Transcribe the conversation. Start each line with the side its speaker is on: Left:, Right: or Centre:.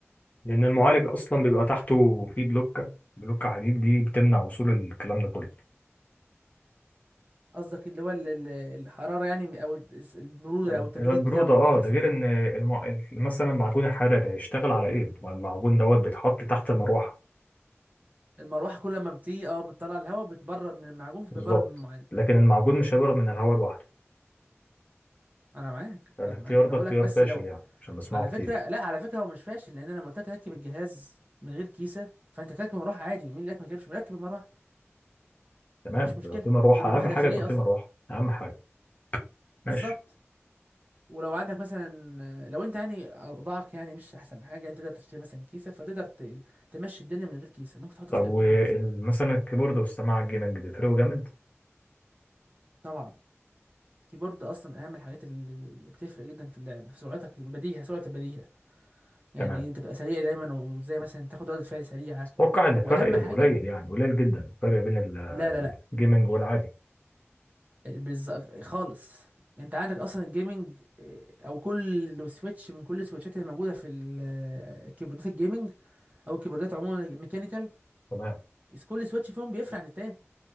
Left: لأن المعالج أصلا بيبقى تحته فيه بلوكة بلوكة حديد دي بتمنع وصول الكلام ده كله
Right: قصدك اللي هو ال- ال- الحرارة يعني أو الس- البرودة
Left: ال-
Right: أو التبريد
Left: البرودة
Right: بتاعه ما
Left: اه
Right: بيكونش أحسن
Left: ده غير
Right: حاجة
Left: ان المع... ال- مثلا المعجون الحراري هيشتغل على ايه؟ ما المعجون دوت بيتحط تحت المروحة
Right: المروحة كل ما بتيجي أه بتطلع الهواء بتبرد من المعجون فبيبرد
Left: بالظبط
Right: من المعالج
Left: لكن المعجون مش هيبرد من الهواء لوحده
Right: أنا معاك
Left: الاختيار
Right: أنا معاك أنا
Left: ده
Right: بقولك
Left: اختيار
Right: بس
Left: فاشل
Right: لو
Left: يعني عشان بسمعه
Right: على
Left: كتير
Right: فكرة لا على فكرة هو مش فاشل لأن أنا لما قلت لك ركب الجهاز من غير كيسة فأنت تركب مروحة عادي مين اللي قالك ما تركبش مركب المروحة
Left: تمام
Right: مفيش مشكله
Left: لو في مروحة
Right: دي مروحه
Left: أهم
Right: داخليه
Left: حاجة يكون في
Right: اصلا
Left: مروحة أهم حاجة
Right: بالظبط
Left: ماشي
Right: ولو عندك مثلا لو انت يعني اوضاعك يعني مش احسن حاجه انت تقدر تشتري مثلا كيسه فتقدر ت- تمشي الدنيا من غير كيسه ممكن تحطه
Left: طب
Right: في كرتونه
Left: ومثلا
Right: مثلا
Left: الكيبورد والسماعة الجيمنج بيفرقوا جامد
Right: طبعا الكيبورد اصلا اهم الحاجات اللي اللي بتفرق جدا في اللعب في سرعتك البديهه سرعه البديهه يعني
Left: تمام
Right: إيه؟ تبقى سريع دايما وزي مثلا تاخد ردة فعل سريعه
Left: أتوقع إن الفرق
Right: واهم حاجه
Left: قليل يعني قليل جدا الفرق بين ال-
Right: لا لا لا
Left: الجيمنج والعادي
Right: بالز... خالص انت عندك اصلا الجيمنج اه، او كل سويتش من كل السويتشات اللي موجوده في ال- آه، كيبوردات الجيمنج او الكيبوردات عموما الميكانيكال
Left: تمام
Right: كل سويتش فيهم بيفرق عن التاني